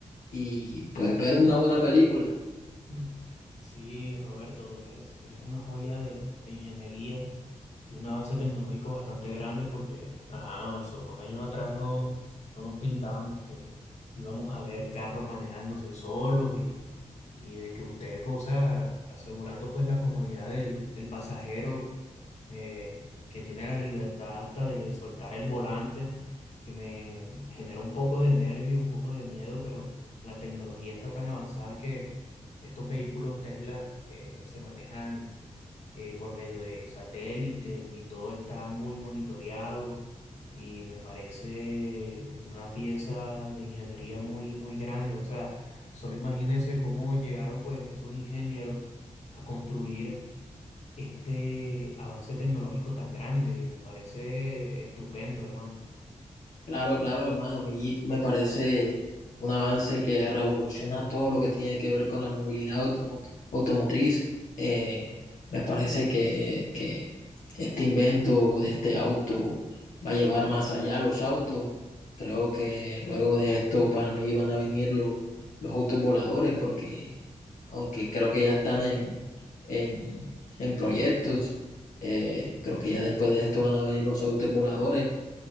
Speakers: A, on the left (about 80°); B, on the left (about 60°).
A: y pues ver una buena película.
B: <laughs> Mm. Sí, Roberto, es, es una joya de, de ingeniería y un avance tecnológico bastante grande porque, ajá, hace unos años atrás no, no nos pintábamos que íbamos a ver carros manejándose solos y y de que usted, o sea, asegurando pues la comodidad del, del pasajero eh, que tiene la libertad hasta de soltar el volante, que me genera un poco de nervio, un poco de miedo, pero la tecnología está tan avanzada que estos vehículos Tesla eh, se manejan eh, por medio de satélites y todo está muy monitoreado y me parece una pieza de ingeniería muy, muy grande. O sea, solo imagínense cómo llegaron pues esos ingenieros a construir este avance tecnológico tan grande. Me parece estupendo, hermano.
A: Claro, claro, hermano. A mí me parece un avance que revoluciona todo lo que tiene que ver con la movilidad automo- automotriz. Eh, me parece que, que este invento de este auto va a llevar más allá los autos. Creo que luego de esto para mí van a venir los, los autos voladores porque aunque creo que ya están en, en, en proyectos, eh, creo que ya después de esto van a venir los autos voladores